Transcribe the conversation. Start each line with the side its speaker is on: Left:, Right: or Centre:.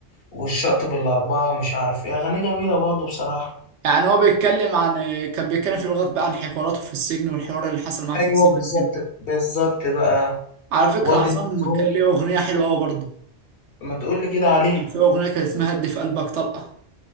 Left: والشاطب الأربعة ومش عارف ايه أغاني جميلة برضه بصراحة
Right: يعني هو بيتكلم عن كان بيتكلم في الاغنية بقى عن حواراته في السجن والحوار اللي حصل معاه
Left: ايوه
Right: في السجن
Left: بالظبط
Right: كده
Left: بالظبط بقى
Right: على فكرة
Left: وادي
Right: عصام
Left: النطرون
Right: كان ليه اغنية حلوة قوي برضو
Left: ما تقول لي كده عليه
Right: كان في اغنية كانت اسمها هدي في قلبك طلقة